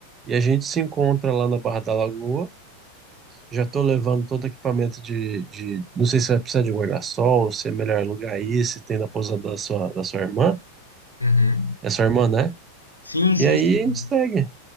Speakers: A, on the right; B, on the left.
A: E a gente se encontra lá na Barra da Lagoa. Já estou levando todo o equipamento de, de. Não sei se vai precisar de guarda-sol, se é melhor alugar aí, se tem na pousada da sua, da sua irmã.
B: Uhum.
A: É sua irmã, né?
B: Sim, sim,
A: E aí
B: sim.
A: a gente segue. O